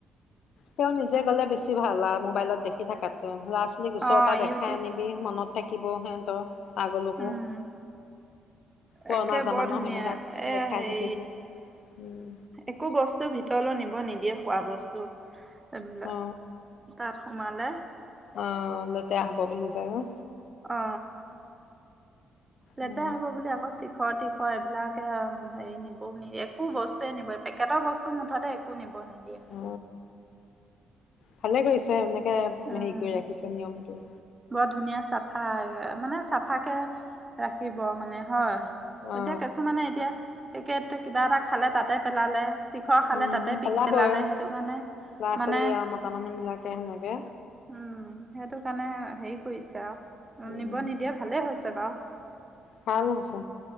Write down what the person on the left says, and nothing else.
তেওঁ নিজে গ'লে বেছি ভাল আৰু মোবাইলত দেখি থাকাতকৈও ল'ৰা-ছোৱালী ওচৰৰ
পৰা দেখাই
আনিবি। মনত থাকিব সিহঁতৰ আগলৈকো।
পুৰণা
জামানৰ
সেইবিলাক
লেখাই
থাকিবি উম।
অ
অ লতেৰা হব বুলি কাৰণে।
উম
অ ভালে কৰিছে এনেকৈ
হেৰি কৰি ৰাখিছে নিয়মটো।
অ
উম
পেলাবই
ল'ৰা
ছোৱালী আৰু মতা মানুহ বিলাকে সেনেকে
উম
ভাল হৈছে।